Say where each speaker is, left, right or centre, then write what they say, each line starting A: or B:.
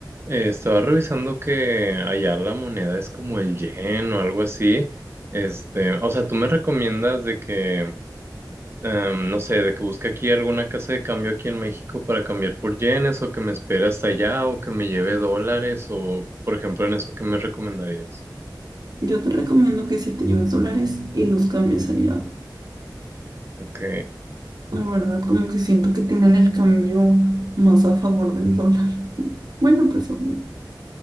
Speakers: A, on the right (about 35°); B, on the right (about 60°).
A: eh, estaba revisando que allá la moneda es como el yen o algo así. Este, o sea, ¿tú me recomiendas de que, em, no sé, de que busque aquí alguna casa de cambio aquí en México para cambiar por yenes o que me espere hasta allá o que me lleve dólares o, por ejemplo, en eso, ¿qué me recomendarías?
B: Yo te recomiendo que si te lleves dólares y los cambies allá.
A: Ok.
B: La verdad, como que siento que tienen el cambio más a favor del dólar. <laughs> Bueno, pues, um,